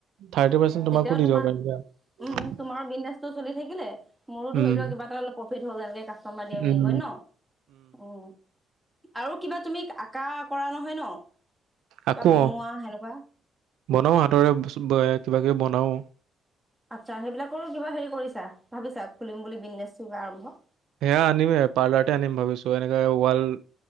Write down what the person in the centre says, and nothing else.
তেতিয়াও
তোমাৰ
উম তোমাৰো বিজনেছ চলি থাকিলে মোৰো
ধৰি লও কিবা এটা অল প্ৰফিট হল এনেকা <unintelligible>
ন উম আৰু কিবা তুমি আঁকা কৰা নহয় ন কিবা
বনোৱা
সেনেকুৱা
আচ্ছা সেইবিলাকৰো কিবা হেৰি কৰিছা ভাবিছা খুলিম বুলি বিজনেছ কিবা আৰম্ভ